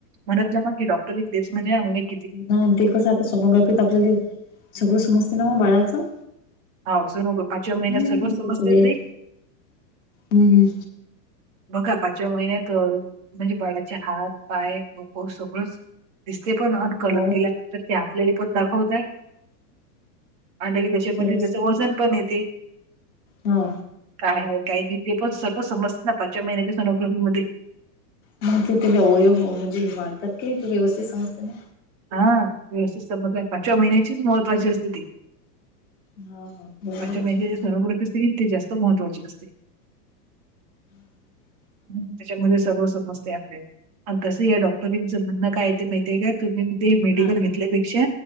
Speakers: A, on the right; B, on the left.
A: म्हणतलं मग की डॉक्टर एक <unintelligible>
B: नाही ते कसं आता सोनोग्राफीत आपल्याला सगळं समजते ना वो बाळाचं.
A: हा सोनोग्राफी पाचव्या महिन्यात
B: हम्म
A: सगळं समजते
B: वेट
A: ना ताई.
B: हम्म
A: बघा पाचव्या महिन्या तर म्हणजे बाळाचे हात पाय डोक सगळंच. दिसते पण अन कलर
B: हो
A: केल्यानंतर ते आपल्याले पण दाखवतय आणि
B: सरच
A: त्याच वजन पण येते.
B: हा.
A: काय आहे काही नाही ते पण सगळं समजतात ना पाचव्या महिन्याच्या सोनोग्राफी मध्ये.
B: मंथली तसला हो हो म्हजे वाढतात की नाही व्यवस्थित समजते ना.
A: हा व्यवस्थित समज पाचव्या महिन्याचीच महत्त्वाची असते ती.
B: हा हा बरोबर
A: पाचव्या
B: आहे
A: महिन्याची जी सोनोग्राफी असते की ते जास्त महत्त्वाचे असते. हम् त्याच्यामध्ये सर्व समजते आपले. आणि तसंही या डॉक्टरांचं म्हणणं काय आहे ते माहितीय का तुम्ही ते मेडिकल
B: हा
A: घेतल्यापेक्षा